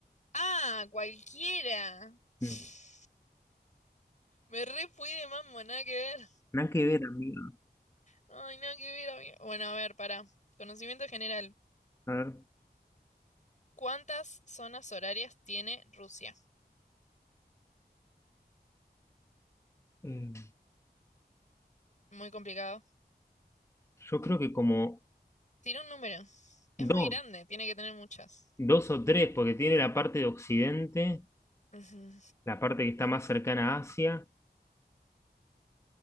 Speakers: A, on the left; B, on the left.
A: Ah, cualquiera. <laughs>
B: Mm.
A: Me re fui de mambo, nada que ver.
B: Nada que ver, amigo.
A: Ay, nada que ver, amigo. Bueno, a ver, para Conocimiento general.
B: A ver.
A: ¿Cuántas zonas horarias tiene Rusia?
B: eh,
A: Muy complicado.
B: yo creo que como
A: Tira un número. Es
B: dos,
A: muy grande, tiene que tener muchas.
B: dos o tres, porque tiene la parte de Occidente,
A: Ujú.
B: la parte que está más cercana a Asia.